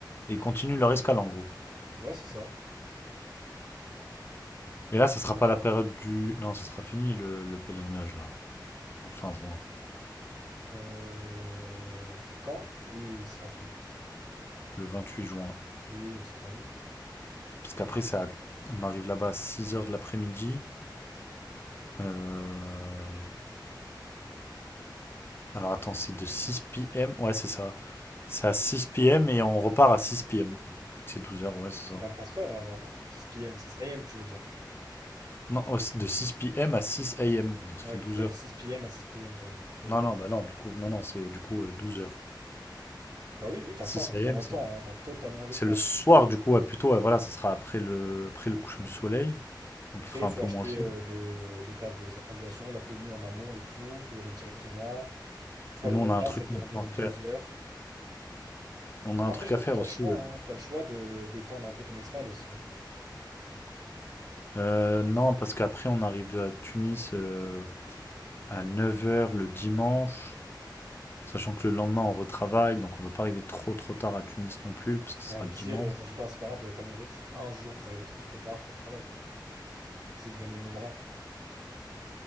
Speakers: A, on the left; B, on the right.
A: Ils continuent leur escale en gros.
B: Ouais, c'est ça.
A: Et là, ça sera pas la période du. Non, ça sera fini le, le pèlerinage là, en fin juin,
B: Euh, C'est quand? Oui, oui, oui, ce sera fini.
A: le 28 juin.
B: Oui, oui, ce sera terminé.
A: Parce qu'après, ça, on arrive là-bas à 6 heures de l'après-midi. Euh, Alors attends, c'est de 6 p.m. Ouais, c'est ça. C'est à 6 p.m. et on repart à 6 p.m. Vu que c'est 12 heures, ouais, c'est
B: C'est
A: ça.
B: 24 heures, là, alors, non? 6 p.m., 6 a.m., tu veux dire.
A: Non, oh, c'est de 6 p.m. à 6 a.m. Donc ça
B: Ouais,
A: fait
B: parce
A: 12
B: que t'as
A: heures.
B: dit 6 p.m. à 6 p.m., t'as dit, du coup.
A: Non, non, bah non, du coup, non, non, c'est du coup euh, 12 heures.
B: Bah oui, oui, t'as
A: 6
B: le temps, t'as totalement
A: a.m.,
B: le
A: c'est
B: temps, hein, t'as totalement le
A: c'est
B: temps.
A: le soir, du coup, ouais, plutôt, ouais, voilà, ça sera après le, après le coucher du soleil. Donc
B: Après,
A: il fera
B: il
A: un
B: faut
A: peu
B: acheter
A: moins chaud.
B: euh, le, l'état de sacralisation, la tenue en amont et tout, faut y aller directement. Faire
A: Nous,
B: une
A: on
B: omra,
A: a un truc
B: ça dure
A: maintenant
B: environ
A: à
B: deux
A: faire.
B: heures.
A: Et on a un
B: Après,
A: truc
B: je pense
A: à faire
B: que t'as
A: aussi.
B: le choix,
A: ouais.
B: hein. T'as le choix de d'étendre un peu ton escale aussi. hein.
A: Euh, non, parce qu'après, on arrive à Tunis euh, à neuf heures le dimanche. Sachant que le lendemain, on retravaille, donc on ne veut pas arriver trop trop tard à Tunis non plus, parce que ce
B: Et
A: sera
B: au
A: le
B: pire,
A: dimanche.
B: euh, enfin, je sais pas, c'est pas grave, vous allez pas mourir, c'est un jour, vous arrivez trop trop tard pour le travail, quoi. Si vous gagnez le Nomra,